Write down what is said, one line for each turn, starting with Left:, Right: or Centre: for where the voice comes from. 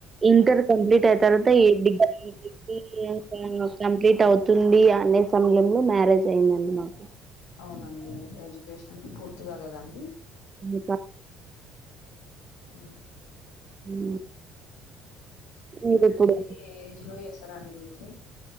Right: ఇంటర్ కంప్లీట్ అయితు తర్వాత ఏ డిగ్రీ ఏ డిగ్రీ ఇయర్ <inaudible> కంప్లీట్ అవుతుంది అనే సమయంలో మ్యారేజ్ అయిందండి మాకు
Left: అవునండి ఎడ్యుకేషన్ పూర్తిగాలేదండి
Right: ఇంకా
Left: హా
Right: మ్మ్ మీరు
Left: మ్యారేజ్
Right: ఇప్పుడు
Left: ఏ ఏజ్ లో చేసిరండి మీకి